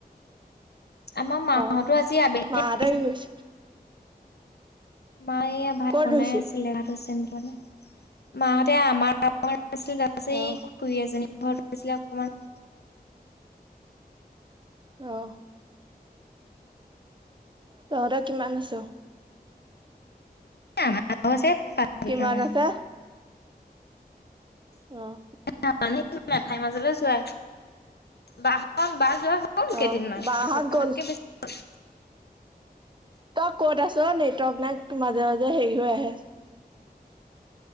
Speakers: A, on the left (about 80°); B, on the right (about 30°).
A: আমাৰ মাহতো
B: অহ
A: আজি আবেলিয়ে
B: মাহঁতে
A: আহিছে।
B: কি কৰিছে?
A: মায়ে ভাত
B: ক'ত
A: বনাই
B: ৰুইছিল?
A: আছিলে, ভাত চেনতৰ বনাই মাহঁতে আমাৰ <unintelligible> ছিল তাৰপাছত
B: অহ
A: ঘ এজনী ঘৰত আছিলে অকমান।
B: অ, তহঁত কিমান আছে?
A: আমাৰো‌ আছে। পাঁচ
B: কিমান
A: বিঘা মান।
B: আছে? অঁ
A: <unintelligible> মেঠাই মাজলৈ যোৱা। বাহক বা যোৱা হ'ল কেইদিনমান।
B: অহ বাহঁত
A: এসপ্তাহতকে
B: গ'ল
A: বেছি হ'ল।
B: তই ক'ত আছ অ? নেটৰ্ক নাই মাজে, মাজে হেৰি হৈ আহে।